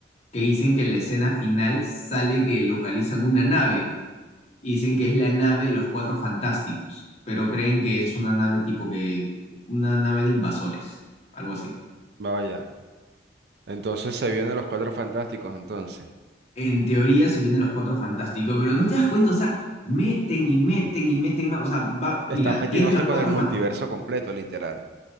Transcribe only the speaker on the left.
que dicen que en la escena final sale que localizan una nave y dicen que es la nave de los Cuatro Fantásticos, pero creen que es una nave tipo que, una nave de invasores, algo así.
En teoría se vienen los Cuatro Fantásticos, pero no te das cuenta, o sea, meten y meten y meten más, o sea, va, mira,
vienen los
Cuatro
Fantásticos,